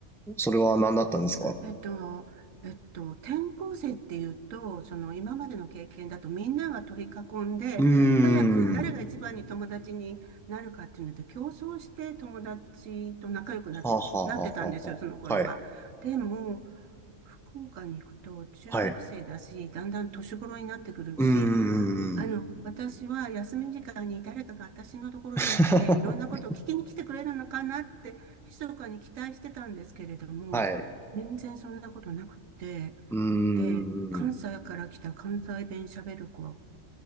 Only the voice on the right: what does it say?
えっと、えっと、転校生っていうと、その今までの経験だとみんなが取り囲んで、
早く誰が一番に友達になるかっていうので競争して友達と仲良くなって、
なってたんですよ、その頃は。でも、福岡に行くと中学生だし、
だんだん年頃になってくるし、
あの、
私は休み時間に誰かが私のところに来て、
いろんなことを聞きに来てくれるのかなって、密かに期待してたんですけれども、
全然そんなことなくって、
で、関西から来た関西弁喋る子